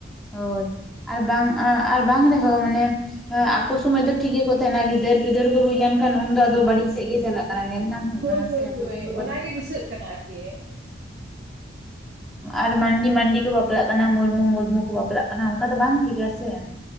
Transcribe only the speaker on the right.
ᱦᱳᱭ
ᱦᱳᱭ
ᱦᱳᱭ
ᱚᱱᱟᱜ
ᱜᱮ ᱫᱤᱥᱟᱹᱜ ᱠᱟᱱᱟ ᱟᱨᱠᱤ